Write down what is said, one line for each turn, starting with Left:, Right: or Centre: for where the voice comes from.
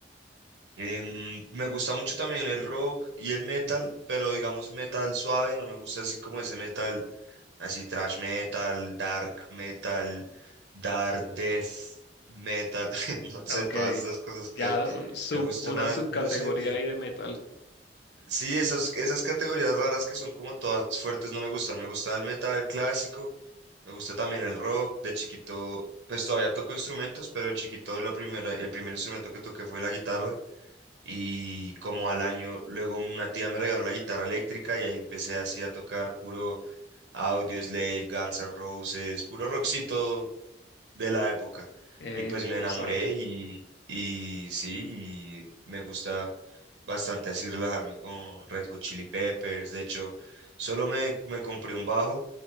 Right: Em, me gusta mucho también el rock y el metal, pero digamos metal suave, no me gusta así como ese metal Así thrash metal, dark metal, dark death metal, <laughs> no sé,
Left: Ok,
Right: todas esas cosas que
Left: ya
Right: hay.
Left: uh, sub,
Right: Me gusta
Left: una
Right: más,
Left: subcategoría
Right: no sé, ve.
Left: ahí de metal.
Right: Sí, esas, esas categorías raras que son como todas fuertes no me gustan. Me gusta el metal clásico, me gusta también el rock. De chiquito, pues todavía toco instrumentos, pero de chiquito la primera, el primer instrumento que toqué fue la guitarra. Y como al año, luego una tía me regaló la guitarra eléctrica y ahí empecé así a tocar puro Audioslave, Guns N' Roses, puro rockcito de la época.
Left: Ey,
Right: Y pues
Left: me
Right: me
Left: gusta.
Right: enamoré y, y sí, y me gusta bastante así relajarme con Red Hot Chili Peppers. De hecho, solo me, me compré un bajo